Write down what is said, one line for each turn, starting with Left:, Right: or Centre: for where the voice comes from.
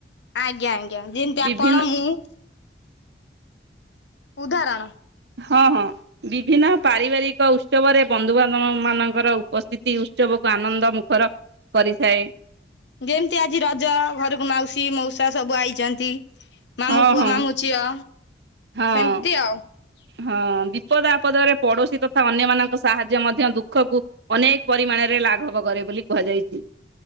Left: ଆଜ୍ଞା ଆଜ୍ଞା ଯେମିତି
Right: ବିଭିନ୍ନ
Left: ଆପଣ ମୁଁ। ଉଦାହରଣ ।
Right: ହଁ ହଁ ବିଭିନ୍ନ ପାରିବାରିକ ଉତ୍ସବରେ ବନ୍ଧୁବାନ୍ଧବ ମାନଙ୍କର ଉପସ୍ଥିତି ଉତ୍ସବକୁ ଆନନ୍ଦ ମୁଖର କରିଥାଏ ।
Left: ଯେମତି ଆଜି ରଜ ଘରକୁ ମାଉସୀ ମଉସା ସା ସବୁ ଆଇଛନ୍ତି । ମାମୁଁ
Right: ହଁ
Left: ପୁଅ,
Right: ହଁ
Left: ମାମୁଁ ଝିଅ
Right: ହଁ
Left: ସେମିତି ଆଉ ।
Right: ହଁ ବିପଦ ଆପଦରେ ପଡୋଶୀ ତଥା ଅନ୍ୟମାନଙ୍କ ସାହାଯ୍ୟ ମଧ୍ୟ ଦୁଃଖକୁ ଅନେକ ପରିମାଣରେ ଲାଘବ କରେ ବୋଲି କୁହାଯାଇଛି ।